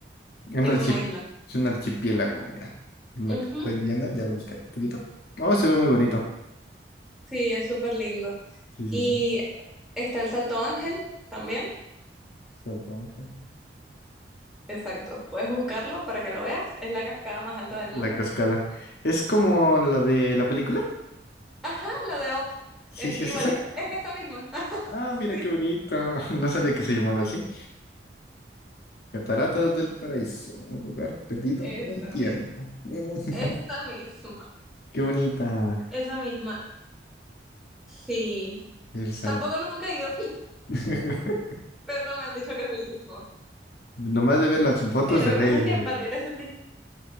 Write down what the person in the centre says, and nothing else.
es
una isla.
Ujú,
Sí, es súper lindo.
Y
está el Salto Ángel también.
Exacto, puedes buscarlo para que lo veas. Es la cascada más alta del
mundo.
Ajá, la de Op,
es
igualita,
es esa misma. <laughs>
Sí.
Esa
misma.
Esa misma,
esa misma. Sí.
Tampoco nunca he ido,
<laughs> pero me han dicho que es bellísimo.
Sí, lo
que
pasa es que
para ir a ese tipo...